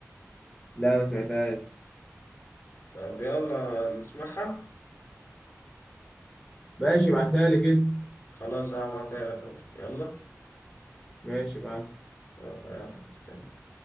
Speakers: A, on the left; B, on the left.
A: لا ما سمعتهاش
B: طب يلا نسمعها
A: ماشي ابعتها لي كده
B: خلاص هبعتها لك أهو يلا
A: ماشي ابعتها
B: يلا يلا، سلام